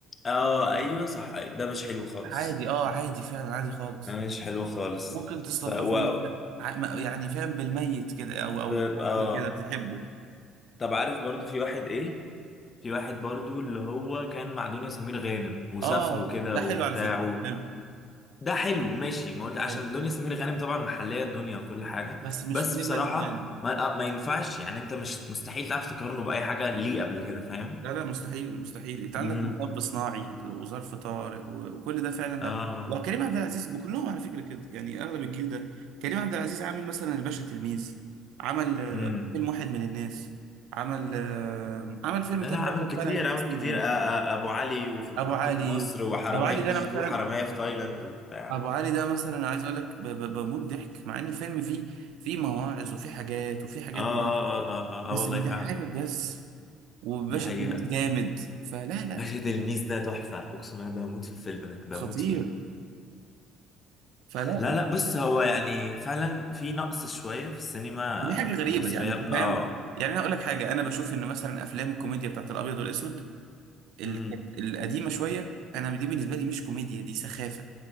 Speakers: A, on the left; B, on the right.
A: اه ايوه صح أيوة. ده مش حلو خالص
B: عادي اه عادي فعلا عادي خالص
A: ده مش حلو خالص
B: ممكن تستلطفه
A: ف و...
B: بس ع- ما- يعني فاهم بالميت كده او او
A: ب...
B: بحاجة
A: اه
B: كده تحبه
A: طب عارف برضو في واحد ايه في واحد برضو اللي هو كان مع دنيا سمير غانم وسافروا
B: اه
A: كده
B: ده حلو
A: وبتاع
B: على فكرة حلو
A: ده حلو ماشي ما قلت عشان
B: حلو
A: دنيا سمير غانم طبعا محليه الدنيا وكل حاجه
B: بس مش
A: بس
B: بليفل
A: بصراحه
B: يعني
A: ما آه، ما ينفعش يعني انت مش مستحيل تعرف تقارنه باي حاجه ليه قبل كده فاهم
B: لا لا مستحيل مستحيل انت عندك
A: امم
B: مطب صناعي وظرف طارق و- وكل ده فعلا لا
A: اه
B: وكريم عبد العزيز بكلهم على فكره كده يعني اغلب الجيل ده كريم عبد العزيز عامل مثلا الباشا تلميذ عمل آه،
A: امم
B: فيلم واحد من الناس عمل آه، عمل فيلم
A: لا
B: تاني
A: لا عامل
B: بقى
A: كتير
B: كان طالع فيه
A: عامل
B: اسمه
A: كتير آه آه ابو علي وفي محطه
B: ابو علي
A: مصر وحراميه
B: ابو علي
A: في
B: ده
A: كي
B: انا
A: جي
B: مثلا
A: 2 وحراميه في تايلاند وبتاع
B: ابو علي ده مثلا عايز اقول لك ب- ب- بموت ضحك مع ان الفيلم فيه فيه مواعظ وفيه حاجات وفيه حاجات
A: اه اه
B: جامده
A: اه اه, آه, آه
B: بس
A: آه، والله
B: بيضحكك
A: فعلا
B: بس وباشا
A: دي حقيقه
B: تلميذ جامد فلا لا
A: باشا تلميذ ده تحفه اقسم بالله بموت في الفيلم ده بموت
B: خطير
A: فيه
B: فلا
A: لا لا بص هو يعني فعلا في نقص شوية في السينما
B: دي حاجه غريبه
A: المصرية
B: يعني انت
A: اه
B: فاهم يعني انا اقول لك حاجه انا بشوف ان مثلا افلام الكوميديا بتاعت الابيض والاسود ال-
A: امم
B: كانت القديمه شويه انا دي بالنسبه لي مش كوميديا دي سخافه